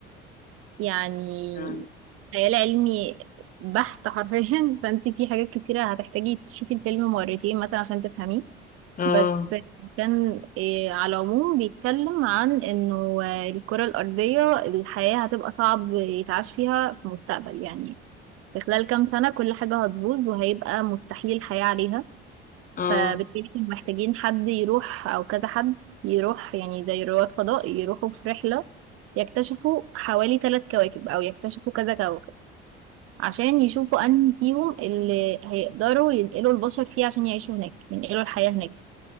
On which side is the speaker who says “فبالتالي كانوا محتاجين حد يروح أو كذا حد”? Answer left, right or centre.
Right